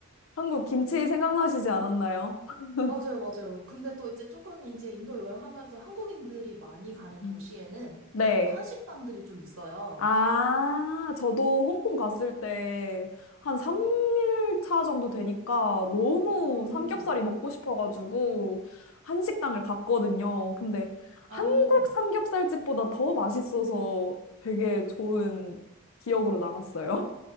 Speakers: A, on the left (about 75°); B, on the right (about 65°).
A: 한국 김치 생각나시지 않았나요? <laughs>
B: 맞아요, 맞아요. 근데 또 이제 조금 이제 인도 여행하면서 한국인들이 많이 가는
A: 음.
B: 도시에는
A: 네.
B: 어, 한식당들이 좀 있어요.
A: 아, 저도 홍콩 갔을 때 한 3일 차 정도 되니까 너무
B: 음,
A: 삼겹살이 먹고 싶어가지고 한식당을 갔거든요. 근데
B: 어,
A: 한국
B: 어,
A: 삼겹살집보다 더 맛있어서 되게 좋은 기억으로 남았어요.